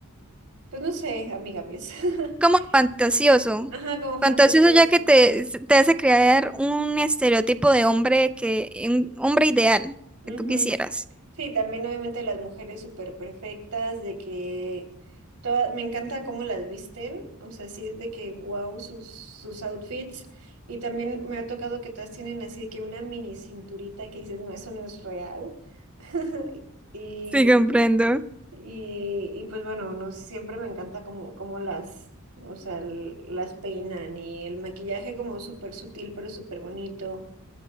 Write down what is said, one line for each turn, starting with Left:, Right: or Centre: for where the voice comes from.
Right: pues no sé, amigables. <laughs>
Centre: como fantasioso.
Right: Ajá, como fantasioso.
Centre: Fantasioso ya que te, te hace crear un estereotipo de hombre que, un hombre ideal
Right: Ujú.
Centre: que tú quisieras.
Right: Sí, también obviamente las mujeres súper perfectas, de que todas, me encanta cómo las visten, o sea, sí es de que wow sus, sus outfits, y también me ha tocado que todas tienen así de que una mini cinturita que dices, no, eso no es real. <laughs> Y,
Centre: Sí, comprendo.
Right: y, y pues bueno, no, siempre me encanta como, como las, o sea, l- las peinan y el maquillaje como súper sutil, pero súper bonito.